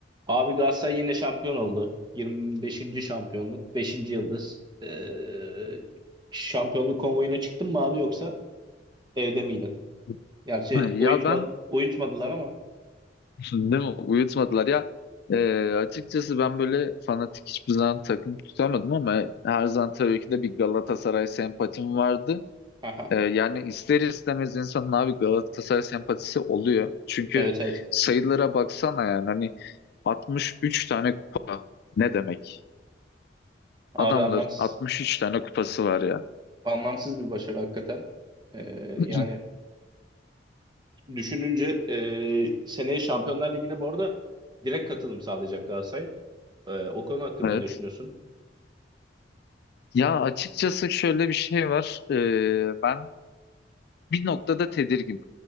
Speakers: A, on the right (about 25°); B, on the left (about 60°).
A: Abi Galatasaray yine şampiyon oldu. 25. şampiyonluk. 5. yıldız. Ee, şampiyonluk konvoyuna çıktın mı abi yoksa evde miydin?
B: <laughs>
A: Gerçi
B: Ha, Ya
A: uyutma,
B: ben
A: uyutmadılar ama.
B: <laughs> değil mi uyutmadılar ya Ee, açıkçası ben böyle fanatik hiçbir zaman takım tutamadım ama her zaman tabii ki de bir Galatasaray sempatim vardı.
A: Aha
B: Ee, yani ister istemez insanın abi Galatasaray sempatisi oluyor. Çünkü
A: Evet evet.
B: sayılara baksana yani hani 63 tane kupa ne demek?
A: Abi
B: Adamların
A: anlamsız,
B: 63 tane kupası var ya.
A: anlamsız bir başarı hakikaten. Ee,
B: <laughs>
A: yani düşününce e, seneye Şampiyonlar Ligi'ne bu arada direkt katılım sağlayacak Galatasaray. Ee, o konu hakkında
B: Evet.
A: ne düşünüyorsun?
B: Ya açıkçası şöyle bir şey var. Ee, ben bir noktada tedirgin.